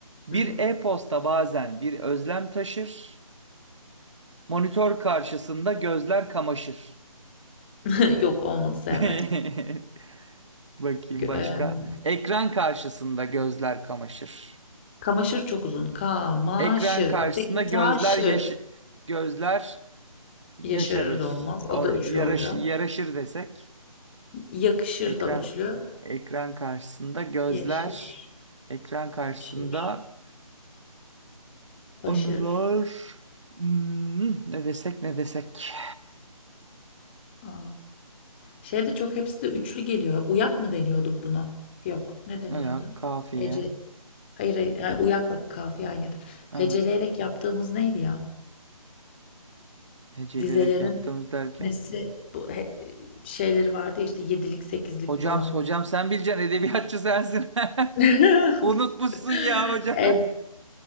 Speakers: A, on the right; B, on the left.
A: Bir
B: Hı hı.
A: e-posta bazen bir özlem taşır, monitör karşısında gözler kamaşır.
B: <laughs> Yok, olmadı, sevmedim.
A: <laughs> Bakayım
B: Gö
A: başka.
B: emm,
A: Ekran karşısında gözler kamaşır.
B: kamaşır çok uzun. Kamaşır.
A: Ekran karşısında
B: Öteki
A: gözler
B: taşır.
A: yaş gözler yaşarır.
B: Yaşarır da olmaz. O
A: O,
B: da üçlü
A: yaraş
B: oluyor.
A: yaraşır desek.
B: Yakışır
A: Ekran
B: da üçlü.
A: ekran karşısında gözler
B: Yaşır,
A: ekran karşısında
B: taşır, başır.
A: anılar Hmm, ne desek ne desek.
B: A! Şey de çok hepsi de üçlü geliyor. Uyak mı deniyordu buna? Yok. Ne deniyordu?
A: Ya kafiye.
B: Hece Hayır, hayır, ha, uyakla kafiye aynıydı.
A: Evet.
B: Heceleyerek yaptığımız neydi ya?
A: Heceleyerek
B: Dizelerin
A: yaptığımız derken.
B: nesi bu he- şeyleri vardı ya işte yedilik sekizlik
A: Hocam
B: falan.
A: hocam sen bileceksin edebiyatçı sensin. <laughs>
B: <laughs>
A: Unutmuşsun ya hocam.
B: E-